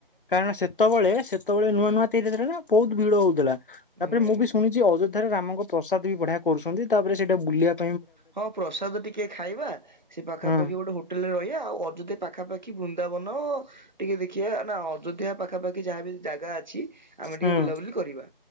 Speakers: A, on the left; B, on the right.
A: କାରଣ ସେତବେଳେ-ସେତବେଳେ ନୂଆ-ନୂଆ ତିଆରି ଥିଲା ନା ବହୁତ୍ ଭିଡ ହଉଥିଲା। ତାପରେ
B: ହୁଁ।
A: ମୁଁ ବି ଶୁଣିଛି ଅଯୋଧ୍ୟାରେ ରାମଙ୍କ ପ୍ରସାଦ ବି ବଢିଆ କରୁଚନ୍ତି ତାପରେ ସେଇଟା ବୁଲିଆକୁ
B: ହଁ ପ୍ରସାଦ ଟିକେ ଖାଇବା ସେ ପାଖାପାଖି
A: ହୁଁ
B: ଗୋଟେ ହୋ ହୋଟେଲରେ ରହିବା ଆଉ ଅଯୋଧ୍ୟା ପାଖାପାଖି ବୃନ୍ଦାବନ ଟିକେ ଦେଖିବା ନା ଅଯୋଧ୍ୟା ପାଖାପାଖି ଯାହା ବିି ଜାଗା ଅଛି ଆମେ ଟିକେ
A: ହୁଁ
B: ବୁଲାବୁଲି କରିବା